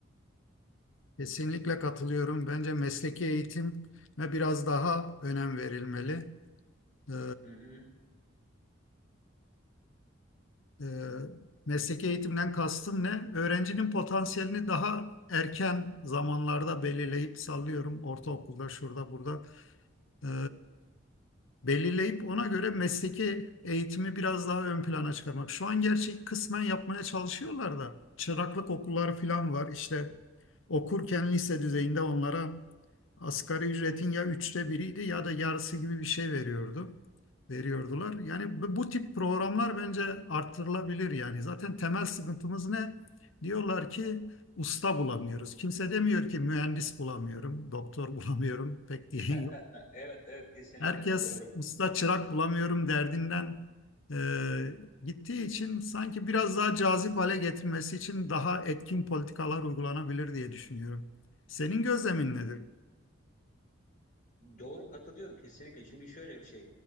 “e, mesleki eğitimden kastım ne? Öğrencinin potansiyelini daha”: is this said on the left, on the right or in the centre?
Left